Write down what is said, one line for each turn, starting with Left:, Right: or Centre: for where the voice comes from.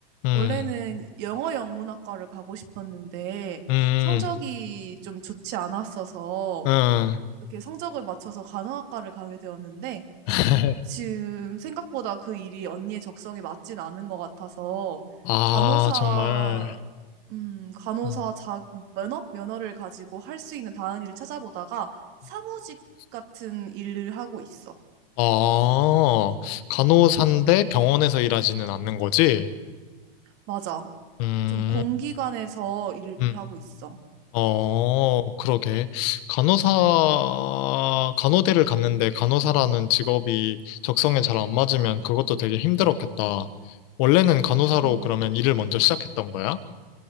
Left: 음,
Right: 원래는 영어 영문학과를 가고 싶었는데
Left: 음,
Right: 성적이 좀 좋지 않았어서
Left: 음.
Right: 이렇게 성적을 맞춰서 간호학과를 가게 되었는데
Left: <laughs>
Right: 지금 생각보다 그 일이 언니의 적성에 맞진 않은 것 같아서
Left: 아,
Right: 간호사
Left: 정말.
Right: 음 간호사
Left: 음.
Right: 자 면허 면허를 가지고 할 수 있는 다른 일을 찾아보다가 사무직
Left: 음.
Right: 같은 일을 하고 있어.
Left: 아, 간호사인데 병원에서 일하지는 않는 거지?
Right: 맞아.
Left: 음,
Right: 좀 공기관에서 일을
Left: 음.
Right: 하고 있어.
Left: 어, 그러게. 간호사, 간호대를 갔는데 간호사라는 직업이 적성에 잘 안 맞으면 그것도 되게 힘들었겠다. 원래는 간호사로
Right: 음.
Left: 그러면 일을 먼저 시작했던 거야?